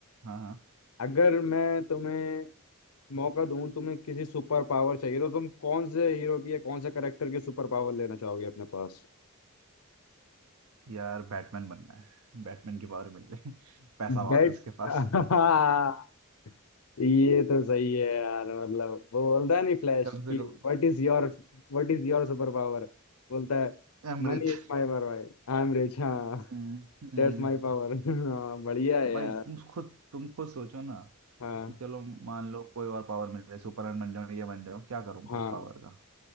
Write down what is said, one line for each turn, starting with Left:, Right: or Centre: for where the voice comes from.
Right: हाँ हाँ
Left: अगर मैं तुम्हें मौका दूं तुम्हें किसी सुपर पावर चाहिए तो तुम कौन से हीरो की या कौन से करेक्टर की सुपर पावर लेना चाहोगे अपने पास
Right: यार बैटमैन बनना है बैटमैन की पावर मिल जाए <laughs> पैसा बहुत
Left: बेट
Right: है उसके पास
Left: हाँ <laughs> ये तो सही है यार मतलब वो बोलता है नहीं फ्लैश
Right: कम से
Left: कि
Right: कम
Left: what is your what is your super power बोलता है
Right: एमरिच
Left: मनी इज माय पावर भाई आई एम रिच हाँ
Right: हम्म हम्म।
Left: That's my power <laughs> हाँ बढ़िया है
Right: भाई
Left: यार
Right: तुम खुद तुम खुद सोचो ना
Left: हाँ
Right: कि चलो मान लो कोई और पावर मिल जाए सुपरमैन बन जाऊं ये बन जाऊं क्या करूंगा
Left: हाँ
Right: इस पावर का